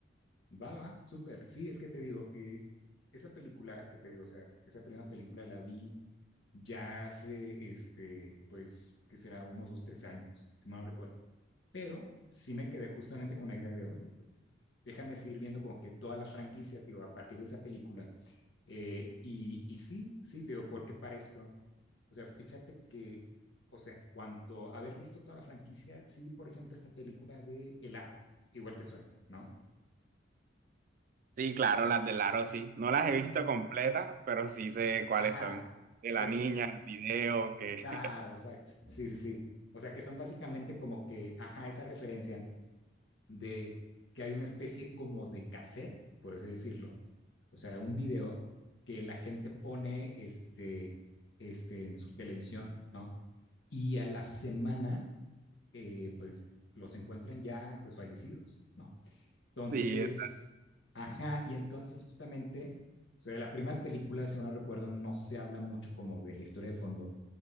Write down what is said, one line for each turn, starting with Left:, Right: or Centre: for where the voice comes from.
Left: va, va, súper, sí, es que te digo, eh, esa película que te digo, o sea, esa primera película la vi ya hace, este, pues, que será unos dos, tres años, si mal no recuerdo. Pero sí me quedé justamente con la idea de, oye, pues déjame seguir viendo como que toda la franquicia, tío, a partir de esa película. Eh, y, y sí, sí, tío, porque para esto, o sea, fíjate que, o sea, en cuanto a haber visto toda la franquicia, sí, por ejemplo, esta película de El Aro, igual te suena, ¿no?
Right: Sí, claro, las de Laro sí. No
Left: Sí.
Right: las he visto completas, pero sí sé cuáles
Left: Ajá,
Right: son. De la
Left: pero
Right: niña, el video, que
Left: claro, exacto, sí, sí, sí. O sea, que son básicamente como que, ajá, esa referencia de que hay una especie como de cassette, por así decirlo, o sea, un video que la gente pone este, este, en su televisión, ¿no? Y a la semana, eh, pues los encuentran ya pues fallecidos, ¿no? Entonces,
Right: <laughs> sí, es
Left: ajá, y entonces justamente, o sea, de la primera película, si mal no recuerdo, no se habla mucho como de la historia de fondo